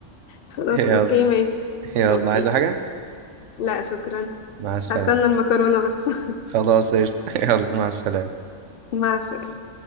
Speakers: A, on the left; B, on the right.
A: خلاص
B: يلا
A: اوكي ماشي
B: يلا
A: اوكي
B: عايزة حاجة
A: لا شكرا
B: مع السلامة
A: هستنى المكرونة بس <laughs>
B: خلاص قشطة <laughs> يلا مع السلامة
A: مع السلامة